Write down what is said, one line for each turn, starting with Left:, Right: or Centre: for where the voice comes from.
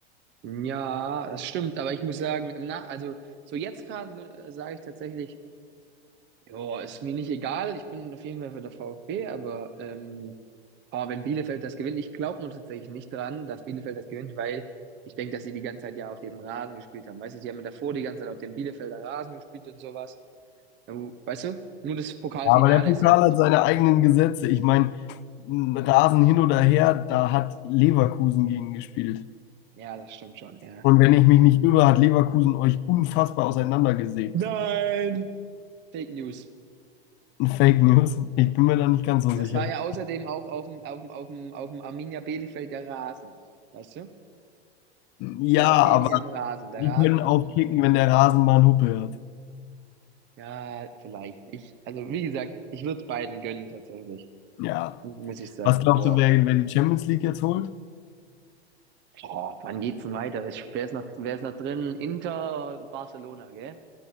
Right: Ja, das stimmt, aber ich muss sagen, im Na also so jetzt gerade sage ich tatsächlich, ja, ist mir nicht egal, ich bin auf jeden Fall für der VfB, aber ähm, boah, wenn Bielefeld das gewinnt, ich glaube nur tatsächlich nicht dran, dass Bielefeld das gewinnt, weil ich denke, dass sie die ganze Zeit ja auf dem Rasen gespielt haben. Weißt du, sie haben ja davor die ganze Zeit auf dem Bielefelder Rasen gespielt und sowas. Ja, wo- Weißt du? Nur das Pokalfinale
Left: Aber der Pokal
Right: ist ja dann
Left: hat
Right: nicht
Left: seine
Right: mehr da.
Left: eigenen Gesetze. Ich meine, Rasen hin oder her, da hat Leverkusen gegen gespielt.
Right: Ja, das stimmt schon, ja.
Left: Und wenn ich mich nicht irre, hat Leverkusen euch unfassbar auseinandergesägt.
Right: Nein! Fake News.
Left: Fake News. Ich bin mir da nicht ganz so sicher.
Right: Das war ja außerdem auch auf dem, auf dem, auf dem, auf dem Arminia Bielefeld der Rasen. Weißt du?
Left: Ja,
Right: Das war ja auf denen
Left: aber
Right: ihrem Rasen. Der
Left: die
Right: Rasen
Left: können
Right: macht
Left: auch
Right: viel
Left: kicken,
Right: aus.
Left: wenn der Rasen mal einen Huppe hat.
Right: Ja, vielleicht. Ich, also wie gesagt, ich würde beiden gönnen tatsächlich.
Left: Ja.
Right: Muss ich sagen.
Left: Was glaubst
Right: Boah.
Left: du, wer, wer die Champions League jetzt holt?
Right: Boah, wann geht's denn weiter? Wer ist, wer ist noch, wer ist noch drin? Inter, Barcelona, gell?